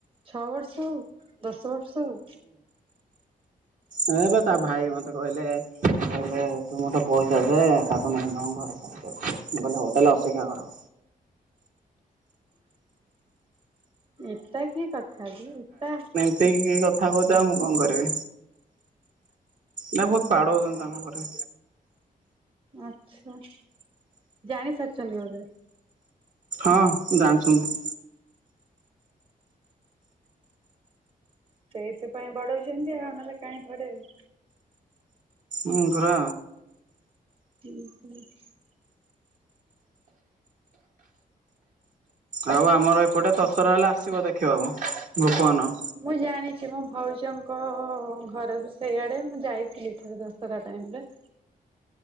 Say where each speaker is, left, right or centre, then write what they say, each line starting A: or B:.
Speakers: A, on the right; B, on the right.
A: ଛଅ ବର୍ଷ ହଉ। ଦଶ ବର୍ଷ ହଉ।
B: ନାଇଁ ତା ଭାଇ ମ କହିଲେ କହିଲେ ତୁ ମତେ ପଇସା ଦେ ତାକୁ ନେଇ ତମ ଘରେ ଭଲ ହବ ଅପେକ୍ଷା କର।
A: ଏଟ କି କଥା ଯେ ଏଟା
B: ଏତିକ କଥା କହୁଛ ଆଉ ମୁଁ କଣ କରିବି। ନା ବହୁତ ବାଡଉଛନ୍ତି ତାଙ୍କ ଘରେ।
A: ଆଛା ଜାଣି ସାରିଛନ୍ତି ବୋଧେ।
B: ହଁ ଜାଣିଛନ୍ତି।
A: ସେଇଥିପାଇଁ ଵାଡଉଛନ୍ତି ଆଉ ନହେଲେ କାଇହିଁ ବଡେଇବେ।
B: ମୁଁ ପରା।
A: ହ <unintelligible>
B: ଆଉ ଆମର ଏପଟେ ଦଶହରା ହେଲା ଆସିବ ଦେଖିବାକୁ, ଭୁବନ।
A: ମୁଁ ଜାଣିଛି ମୋ ଭଉଜଙ୍କ ଘରେ ବି ସେଇଆଡେ ମୁଁ ଯାଇଥିଲି ଥରେ ଦଶରା ଟାଇମ ରେ।